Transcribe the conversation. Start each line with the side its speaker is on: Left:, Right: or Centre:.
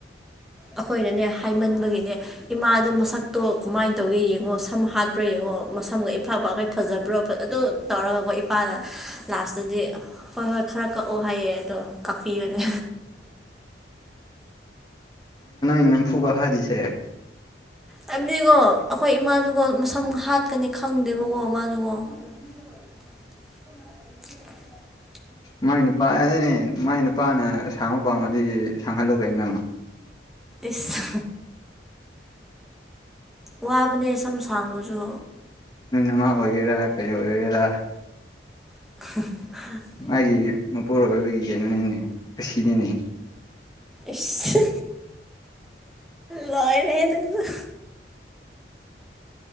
Centre: ꯑꯈꯣꯏꯅꯅꯦ ꯍꯥꯏꯃꯟꯕꯒꯤꯅꯦ ꯏꯃꯥꯗꯣ ꯃꯁꯛ ꯇꯣ ꯀꯃꯥꯏ ꯇꯧꯒꯦ ꯌꯦꯡꯉꯣ ꯁꯝ ꯍꯥꯠꯄ꯭ꯔꯥ ꯌꯦꯡꯉꯣ ꯃꯁꯝꯒ ꯏꯐꯥ ꯐꯥꯒꯩ ꯐꯖꯕ꯭ꯔꯣ ꯑꯗꯨ ꯇꯧꯔꯒꯀꯣ ꯏꯄꯥꯗ ꯂꯥꯁꯇꯗꯤ ꯍꯣꯏ ꯍꯣꯏ ꯈꯔ ꯀꯛꯑꯣ ꯍꯥꯏꯌꯦ ꯑꯗꯣ ꯀꯛꯄꯤꯌꯨꯅꯦ
Left: ꯅꯪ ꯐꯨꯕ ꯍꯥꯏꯔꯤꯁꯦ
Centre: ꯍꯥꯏꯕꯗꯤꯒꯣ ꯑꯈꯣꯏ ꯏꯃꯥꯖꯨꯀꯣ ꯃꯁꯝ ꯍꯥꯠꯀꯅꯤ ꯈꯪꯗꯦꯕꯀꯣ ꯃꯥꯖꯨꯒꯣ <unintelligible>
Left: ꯃꯥꯏ ꯅꯨꯄꯥ ꯑꯗꯨꯅꯦ ꯃꯥꯏ ꯅꯨꯄꯥꯅ ꯑꯁꯥꯡꯕ ꯄꯥꯝꯃꯗꯤ ꯁꯥꯡꯍꯜꯂꯣ ꯀꯩꯅꯣ
Centre: ꯏꯁ ꯋꯥꯕꯅꯦ ꯁꯝ ꯁꯥꯡꯕꯁꯨ
Left: ꯎ ꯃꯥ ꯑꯣꯏꯒꯦꯔꯥ ꯀꯩ ꯑꯣꯏꯒꯦꯔꯥ
Centre: <unintelligible>
Left: ꯃꯥꯒꯤ ꯃꯄꯨꯔꯣꯏꯕꯒꯤ ꯀꯩꯅꯣꯅꯤꯅꯦ ꯀꯨꯁꯤꯅꯤꯅꯦ
Centre: ꯏꯁ ꯂꯣꯏꯔꯦꯍꯦ ꯅꯪꯖꯨ